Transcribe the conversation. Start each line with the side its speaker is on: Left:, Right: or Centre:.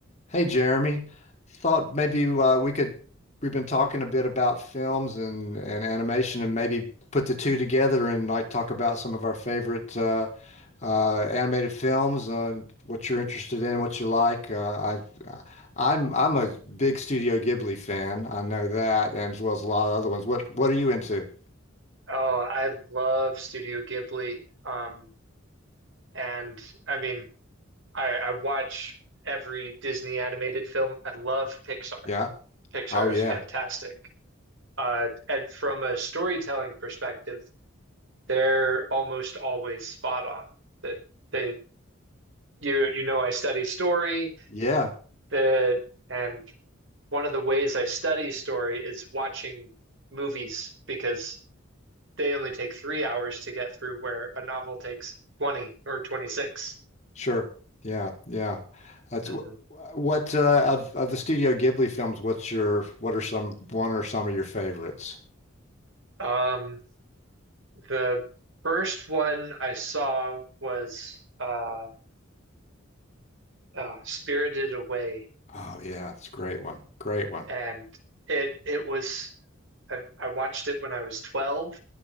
Left: Hey Jeremy, thought maybe uh, we could we've been talking a bit about films and and animation and maybe put the two together and like talk about some of our favorite uh, uh, animated films, uh, what you're interested in, what you like. Uh, I I- am I'm a big Studio Ghibli fan. I know that, and as well as a lot of other ones. What what are you into?
Right: Oh, I love Studio Ghibli. Um, and I mean, I, I watch every Disney animated film. I love Pixar.
Left: Yeah.
Right: Pixar
Left: Oh yeah.
Right: is fantastic. Uh, and from a storytelling perspective, they're almost always spot on. That they, you, you know, I study story.
Left: yeah.
Right: That and one of the ways I study story is watching movies because they only take three hours to get through, where a novel takes 20 or 26.
Left: Sure. Yeah. Yeah. That's
Right: Mhm.
Left: wh- what uh, of of the Studio Ghibli films, what's your what are some one or some of your favorites?
Right: Um, the first one I saw was uh, uh, Spirited Away,
Left: Oh yeah, it's a great one. Great one.
Right: and it it was I, I watched it when I was 12,